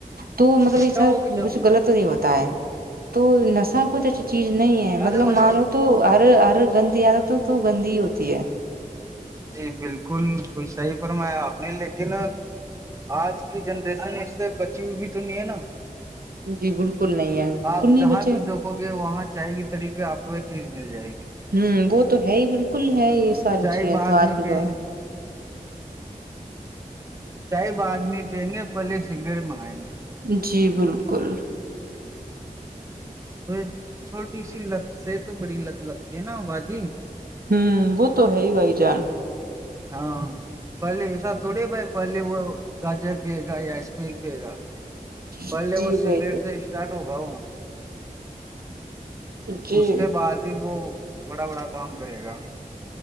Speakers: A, on the right (about 85°); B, on the right (about 20°).
A: تو مطلب
B: اچھا
A: یہ سب
B: ہوگی جب
A: کچھ غلط نہیں ہوتا ہے تو نشہ کچھ اچھی چیز نہیں ہے
B: آ
A: مطلب
B: جاؤ آ جاؤ
A: مانو
B: آ جاؤ
A: تو ہر ہر گندی عادت تو تو گندی ہی ہوتی ہے
B: جی بالکل کچھ صحیح فرمایا آپ نے لیکن آج کی جنریشن اس سے بچی ہوئی بھی تو نہیں ہے نا
A: جی بالک کل نہیں ہے بالکل
B: آپ
A: نہیں
B: جہاں
A: بچے
B: بھی دیکھو گے وہاں چاے کی تڑی پہ آپ کو یہ چیز مل جائے گی
A: ہوں وہ تو ہے ہی بالکل ہے ساری
B: چاے
A: چیزیں
B: بعد
A: تو آج
B: میں
A: کے
B: پینگ
A: دور
B: چاۓ بعد میں پینگے گے پہلے سگریٹ منگائیں گے
A: جی بالکل
B: تو یہ چھوٹی سی لت سے تو بڑی لت لگتی ہے نا باجی
A: ہمم وہ تو ہے ہی بھائی جان
B: ہاں پہلے ایسا تھوڑی بھائی پہلے وہ گاجر پیے گا یا اسمیک پیے گا پہلے
A: جی
B: وہ سگریٹ
A: بھائی جان
B: سے اسٹارٹ ہوگا وہ
A: جی
B: اس کے بعد ہی وہ بڑا بڑا کام کرے گا